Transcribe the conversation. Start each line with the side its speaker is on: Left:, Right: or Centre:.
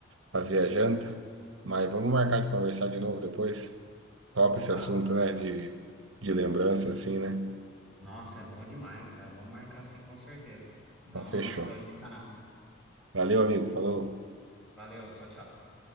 Right: fazer a janta, mas vamos marcar de conversar de novo depois. Top
Centre: Opa,
Right: esse assunto, né? De, de lembrança, assim, né?
Centre: nossa, é bom demais, cara, vamos marcar assim com certeza. Dá
Right: Então, fechou.
Centre: uma nostalgia danada.
Right: Valeu, amigo. Falou.
Centre: Valeu, tchau, tchau.